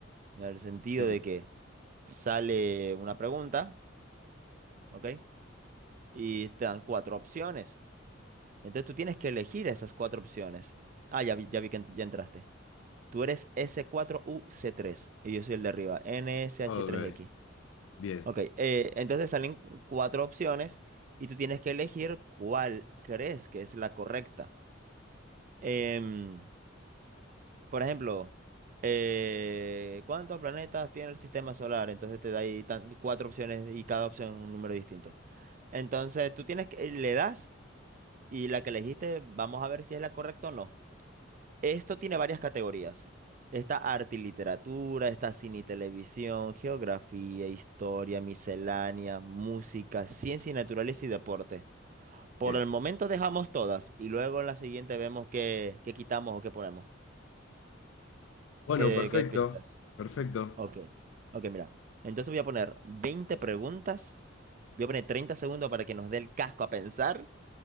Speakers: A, on the right (about 40°); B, on the left (about 70°).
A: En el sentido
B: Sí,
A: de que sale una pregunta, ¿ok? Y te dan cuatro opciones. Entonces tú tienes que elegir esas cuatro opciones. Ah, ya vi, ya vi que en- ya entraste. Tú eres s cuatro U C tres y yo soy el de arriba, N S H
B: ok,
A: tres x
B: bien,
A: Ok, eh, entonces salen cuatro opciones y tú tienes que elegir cuál crees que es la correcta. Em, Por ejemplo, eh, ¿cuántos planetas tiene el sistema solar? Entonces te da ahí tan- cuatro opciones y cada opción es un número distinto. Entonces tú tienes que, le das y la que elegiste, vamos a ver si es la correcta o no. Esto tiene varias categorías. Está arte y literatura, está cine y televisión, geografía, historia, miscelánea, música, ciencia y naturaleza y deporte. Por
B: bien.
A: el momento dejamos todas y luego en la siguiente vemos qué, qué quitamos o qué ponemos.
B: Bueno,
A: ¿Qué,
B: perfecto,
A: qué piensas?
B: perfecto.
A: Ok, ok, mira. Entonces voy a poner 20 preguntas. Voy a poner 30 segundos para que nos dé el casco a pensar.